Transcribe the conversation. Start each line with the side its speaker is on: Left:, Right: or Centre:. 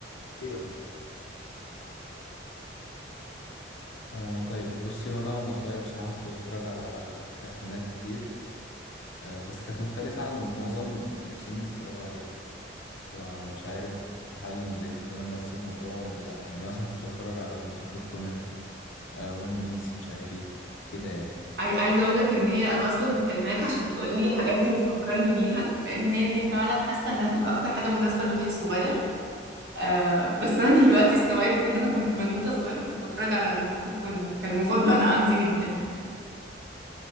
Left: أيوة. آه طيب بصي وانا وانا صغير بصراحة كنت بتفرج على كرتونات كتير آه بس كانت مختلفة عن معظم اللي في سني بيتفرجوا عليها فمش عارف هل انت كمان نفس الموضوع ولا لا يعني مثلا كنت بتفرج على المحقق كونان آه وان بيس مش عارف ايه كده يعني
Right: عاي- عايزة أقول لك إن هي أنا أصلا مكلماك عشان تقولي الحاجات دي وتفكرني بيها لأن هي دي فعلا حاسة إنها تبقى أكتر حاجة مناسبة لأخويا الصغير آه بس انا <laughs> دلوقتي استوعبت ان انا كنت بنوته صغيره وكنت بتفرج على المحقق كونان كان المفضل <laughs> عندي جدا